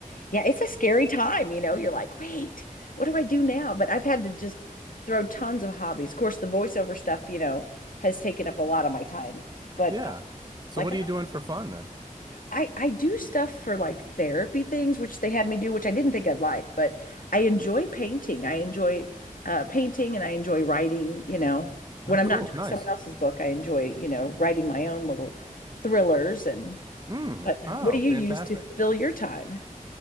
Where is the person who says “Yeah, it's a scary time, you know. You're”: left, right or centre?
Left